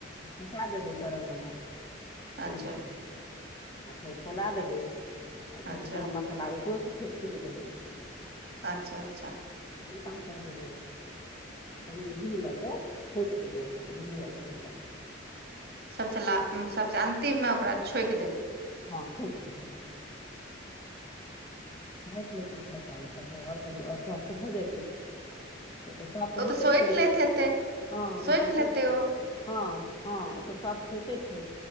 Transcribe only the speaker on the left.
पचा देबै तरल वला
ई हर आ फेर खौला देबै एकर
रति गरम मसाला ऊपरोस फेर छीट देबै
बी पाँच दै तनी घी लक शौक घ घी
ह छलट दियै राखि लै छिय खाय काल तख आओर कभी आओर तऽ भऽ जतै ओ तऽ सँ तऽ
होइते
छै
हँ
ओ तऽ
ह ह ओ तऽ सफट होइते छै